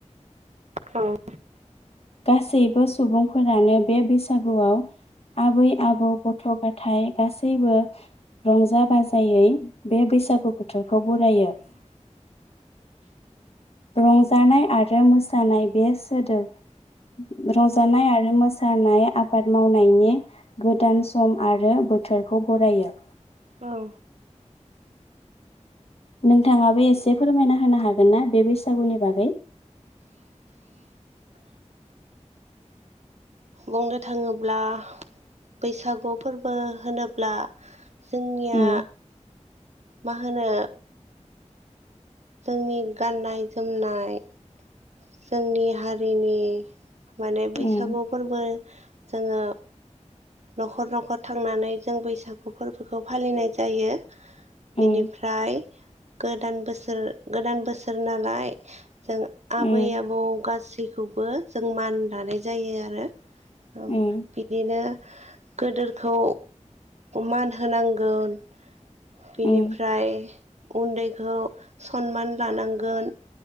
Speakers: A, on the right; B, on the left.
A: औ
B: गासैबो सुबुंफोरानो बे बैसागुआव आबै आबौ गथ गथ' गथाय गासैबो। रंजा बाजायै बे बैसागु बोथोरखौ बरायो। रंजानाय आरो मोसानाय बे सोदोब रंजानाय आरो मोसानाय आबाद मावनायनि गोदान सम आरो बोथोरखौ बरायो।
A: औ
B: नोंथाङाबो एसे फोरमायना होनो हागोन ना बे बैसागुनि बागै
A: बुंनो थाङोब्ला बैसागु फोरबो होनोब्ला। जोंनिया
B: उम
A: मा होनो जोंनि गाननाय जोमनाय जोंनि हारिनि। माने
B: उम
A: बैसागु फोरबो जोङो न'खर न'खर थांनानै जों बैसागु फोरबोखौ फालिनाय जायो।
B: उम
A: बेनिफ्राय। गोदान बोसोर गोदान बोसोर नालाय जों आबै
B: उम
A: आबौ गासैखौबो जों मान दानाय जायो आरो। औ
B: उम
A: बिदिनो गोदोरखौ मान होनांगोन। बेनिफ्राय।
B: उम
A: उन्दैखौ सनमान लानांगोन